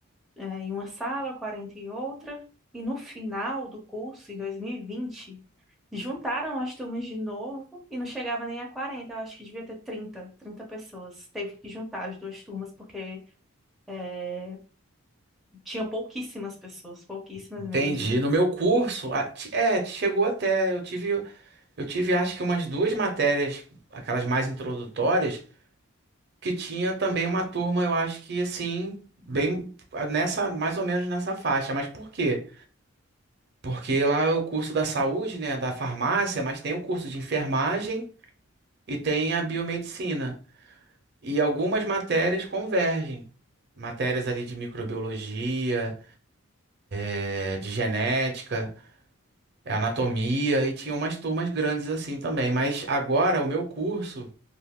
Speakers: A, in the centre; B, on the right.
A: eh, em uma sala, 40 em outra. E no final do curso, em 2020 juntaram as turmas de novo e não chegava nem a 40. Eu acho que devia ter 30, 30 pessoas. Teve que juntar as duas turmas porque eh, tinham pouquíssimas pessoas, pouquíssimas
B: Entendi.
A: mesmo.
B: No meu curso, a- ti- é, chegou até, eu tive, eu tive acho que umas duas matérias, aquelas mais introdutórias, que tinha também uma turma, eu acho que assim, bem nessa, mais ou menos nessa faixa. Mas por quê? Porque lá é o curso da saúde, né, da farmácia, mas tem o curso de enfermagem e tem a biomedicina. E algumas matérias convergem. Matérias ali de microbiologia, eh, de genética. é anatomia e tinha umas turmas grandes assim também. Mas agora o meu curso,